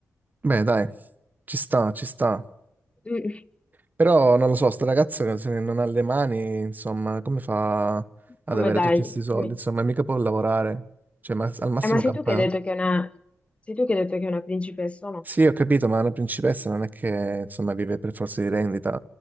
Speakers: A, on the right; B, on the left.
A: Beh, dai, ci sta, ci sta.
B: Mm.
A: Però non lo so, sto ragazzo se non ha le mani, insomma, come fa ad
B: Come
A: avere
B: dai?
A: tutti questi soldi?
B: Come-
A: Insomma, mica può lavorare. Cioè, ma- al massimo
B: Eh, ma sei
A: campa.
B: tu che hai detto che è una... sei tu che hai detto che è una principessa, o no?
A: Sì, ho capito, ma una principessa non è che insomma vive per forza di rendita.